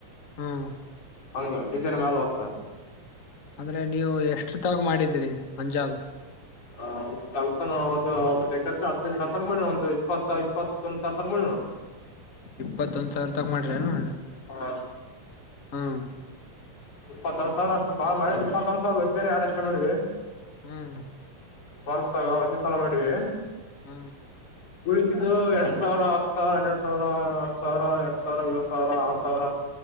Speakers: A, on the left; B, on the left.
A: ಹ್ಮ್ಮ್ಮ್
B: ಹಂಗ ಡಿಸೈನ್ ಮಾಲ್ಯ ಹೋಗುತ್ತೆ
A: ಅಂದ್ರೆ ನೀವು ಎಷ್ಟ್ರ ತಾವು ಮಾಡಿದೀರಿ ಅಂದಾಜು
B: ಹ ಕೆಲ್ಸನ ಒಂದು ಒಂದು ಹದಿನದು ಸರ್ರ ತರ ಮಾಡಿ ಒಂದ್ ಇಪ್ಪತ್ ಇಪ್ಪತ್ತೊಂದ್ ಸರ್ರ ತರ ಮಾಡಿ ನೋ
A: ಇಪ್ಪತ್ತೊಂದ್ ಸಾವಿರ ತಗ ಮಾಡ್ರಿ ಏನ
B: ಹಾ
A: ಹ್ಮ್
B: ಇಪ್ಪತ್ತ ಒಂದು ಸಾವರ ಅಷ್ಟ ಬಾಳ ಮಾಡ ಇಪ್ಪತ್ತ ಒಂದು ಸಾವರ ಒಂದೇನೆ ಅಷ್ಟು ಮಾಡ್ವಿ
A: ಹ್ಮ್
B: ವರ್ಸಾಗ ಒಂದ್ ಸಲ ಮಾಡಿವಿ
A: ಹ್ಮ
B: ಉಳಿಕಿದು ಎರಡ್ ಸಾವಿರ ಹತ್ತು ಸಾವಿರ ಎನ್ನೆರಡು ಸಾವಿರ ಹತ್ತು ಸಾವಿರ ಎಂ ಸಾವಿರ ಏಳಳ್ ಸಾವಿರ ಆ ಸಾವಿರ